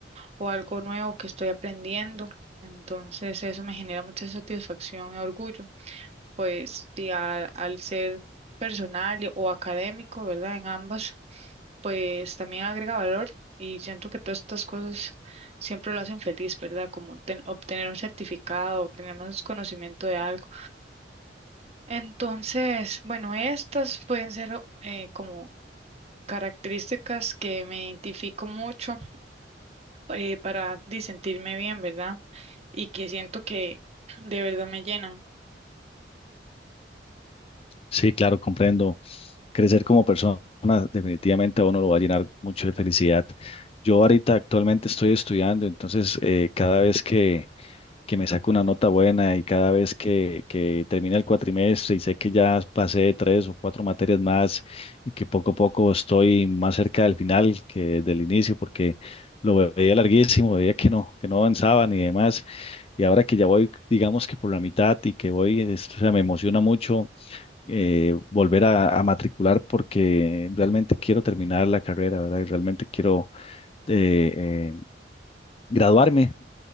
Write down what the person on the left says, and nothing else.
Sí, claro, comprendo. Crecer como persona definitivamente a uno lo va a llenar mucho de felicidad. Yo ahorita actualmente estoy estudiando, entonces eh, cada vez que que me saco una nota buena y cada vez que, que termina el cuatrimestre y sé que ya pasé tres o cuatro materias más y que poco a poco estoy más cerca del final que del inicio porque lo veía larguísimo, veía que no, que no avanzaban y demás. Y ahora que ya voy, digamos que por la mitad y que voy, es- o sea, me emociona mucho eh, volver a, a matricular porque realmente quiero terminar la carrera, ¿verdad? Y realmente quiero eh, eh, graduarme